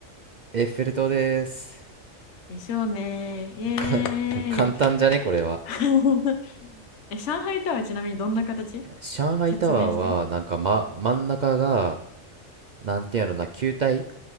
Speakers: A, on the right; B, on the left.
A: エッフェル塔です。
B: でしょうねイエ
A: か <laughs> 簡単じゃね、
B: ーイ。
A: これは。
B: <laughs> え、上海タワーちなみにどんな形
A: 上海タワーは、
B: 説明して。
A: なんか、ま、真ん中が、なんていうのな、球体